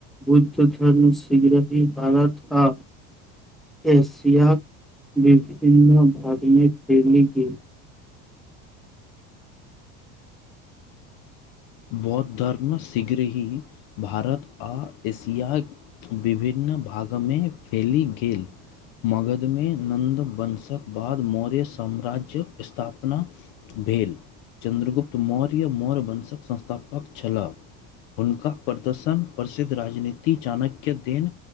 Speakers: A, in the centre; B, on the left.
A: बुद्ध धर्म शीघ्रे ही भारत हँ एशिया विभिन्न भागमे खेलीगेल
B: बौद्ध धर्म शीघ्र ही भारत आ एशिया विभिन्न भागमे फैल गेल मगधमे नन्द वंशक बाद मौर्य साम्राज्य्यक स्थापना भेल चन्द्रगुप्त मौर्य मौर्य वंशक संस्थापक पक छलाह हुनका प्रदर्शन प्रसिद्ध राजनीति चाणक्य देन